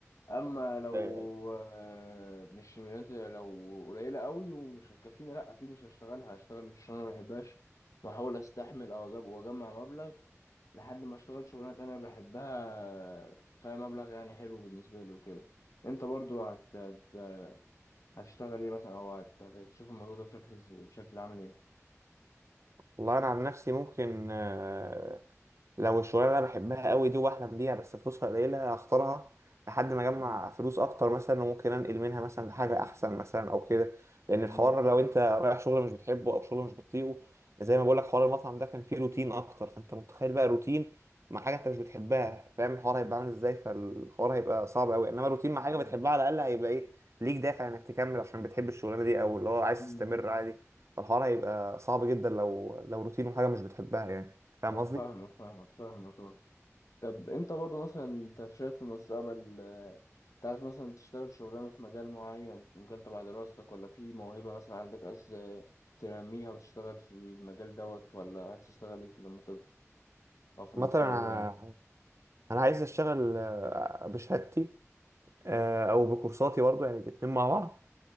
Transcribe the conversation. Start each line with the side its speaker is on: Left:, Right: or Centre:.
Left: اما لو
Right: ايوه ايوه
Left: آه، مش مليون- لو قليله قوي ومش هتكفيني لا اكيد مش هشتغلها هشتغل في الشغلانه ما بحبهاش واحاول استحمل او اجيب واجمع مبلغ لحد ما اشتغل شغلانة تانية بحبها فيها مبلغ يعني حلو بالنسبة لي وكده انت برضو هت... هت- هتشتغل ايه مثلا او هت... هتشوف الموضوع ده بشكل ز- بشكل عامل ايه
Right: والله انا عن نفسي ممكن آه، لو الشغلانه اللي انا بحبها قوي دي واحلم بيها بس فلوسها قليله هختارها لحد ما اجمع
Left: مم.
Right: فلوس اكتر مثلا وممكن انقل منها مثلا لحاجه احسن مثلا او كده لان
Left: مم.
Right: الحوار لو انت رايح شغل مش بتحبه او شغل مش بتطيقه زي ما بقول لك حوار المطعم ده كان فيه روتين اكتر فانت متخيل بقى روتين مع حاجه انت مش بتحبها فاهم الحوار هيبقى عامل ازاي فالحوار هيبقى صعب قوي انما روتين مع حاجه
Left: مم.
Right: بتحبها على الاقل هيبقى ايه ليك دافع انك تكمل عشان بتحب الشغلانه دي او اللي هو عايز
Left: مم.
Right: تستمر عادي فالحوار هيبقى صعب جدا لو لو روتين وحاجه مش بتحبها يعني فاهم
Left: اه
Right: قصدي
Left: فاهمك فاهمك فاهمك آه. طب انت برضو مثلا انت شايف في المستقبل آه، انت عايز مثلا تشتغل شغلانة في مجال معين في مجال تبع دراستك ولا في موهبة مثلا عندك عايز آه، تنميها وتشتغل في المجال دوت ولا عايز تشتغل ايه في لما تكبر او في المستقبل
Right: مثلا انا أنا عايز اشتغل آه، بشهادتي
Left: يعني
Right: آه، او بكورساتي برضو يعني الاتنين مع بعض